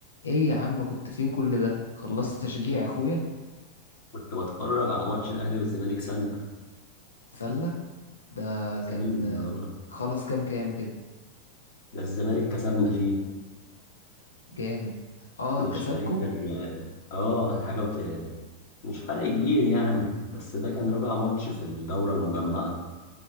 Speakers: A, on the left; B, on the left.
A: ايه يا عم كنت فين كل ده خلصت تشجيع اخويا
B: كنت بتفرج على ماتش الأهلي والزمالك سلة
A: سلة ده
B: سلة
A: كان آه،
B: آه.
A: خلص كام كام كده
B: ده الزمالك كسبنا فيه
A: جامد اه
B: بس
A: كسبكو
B: مش فاكر اه آه، حاجة وت... مش فرق كبير يعني بس ده كان رابع ماتش في الدورة المجمعة